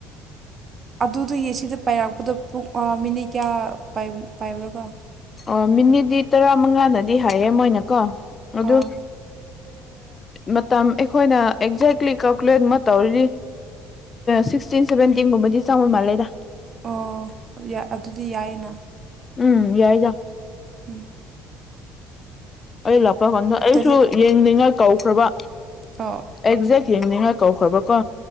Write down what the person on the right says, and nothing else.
ꯑꯗꯨ ꯌꯦ ꯁꯤꯗ ꯄꯥꯏꯔꯛꯄꯗ ꯄꯨꯡ ꯃꯤꯅꯤꯠ ꯀꯌꯥ ꯄꯥꯏꯕ꯭ꯔꯥꯒ
ꯑꯥ
ꯑꯣ ꯑꯗꯨꯗꯤ ꯌꯥꯏꯌꯦꯅ
ꯎꯝ
ꯇꯣꯏꯂꯦꯠ
ꯑꯣ